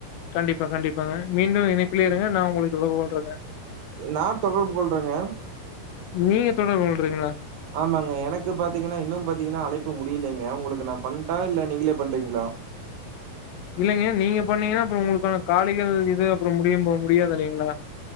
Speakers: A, on the left (about 80°); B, on the right (about 70°).
A: கண்டிப்பா கண்டிப்பாங்க மீண்டும் இனைப்பிலேயே இருங்க நா உங்களை தொ கொல்றேங்க
B: நா தொடர்பு கொல்றேங்க
A: நீங்க தொடர்பு கொல்றிங்கள
B: ஆமாங்க எனக்கு பாத்தீங்கன்னா இன்னு பாத்தீங்கன்னா அழைப்பு முடியலைங்க உங்களுக்கு நா பண்ட்டா இல்ல நீங்களே பண்றீங்களா
A: இல்லைங்க நீங்க பண்ணீங்கன்னா அப்றம் உங்களுக்கான காலிகள் இது அப்றம் முடியும் போ முடியாது இல்லைங்களா